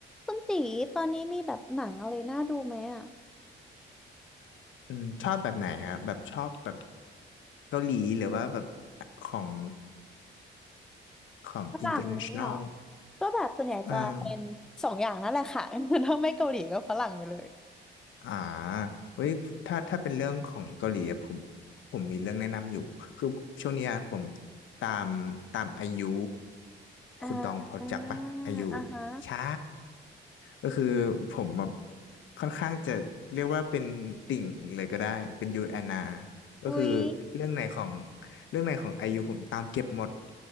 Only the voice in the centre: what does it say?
คุณตีตอนนี้มีแบบหนังอะไรน่าดูไหมอ่ะ
ฝรั่งอะไรอย่างเงี้ยหรอ
ก็แบบส่วนใหญ่จะเป็นสองอย่างนั่นแหละค่ะ
<laughs> ถ้าไม่เกาหลีก็ฝรั่งไปเลย
อ่า
อ่าอ่าฮะ
อุ๊ย